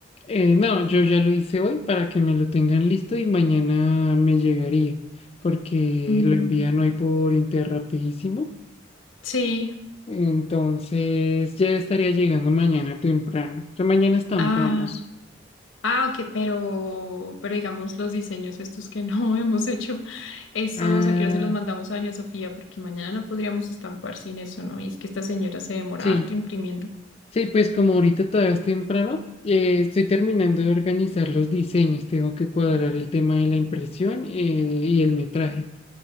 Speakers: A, on the left; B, on the left.
A: Eh, no, yo ya lo hice hoy para que me lo tengan listo y mañana me llegaría, porque
B: Mm,
A: lo envían hoy por Interrapidísimo.
B: sí.
A: Entonces ya estaría llegando mañana temprano. O mañana estampamos.
B: Ah. Ah, ok, pero, pero digamos los diseños estos que no <laughs> hemos hecho, esos
A: Ah,
B: aquí se los mandamos a Doña Sofía porque mañana no podríamos estampar sin eso, ¿no? Y es que esta señora se demora
A: sí.
B: harto imprimiendo.
A: Sí, pues como ahorita todavía es temprano, eh, estoy terminando de organizar los diseños, tengo que cuadrar el tema de la impresión eh, y el metraje.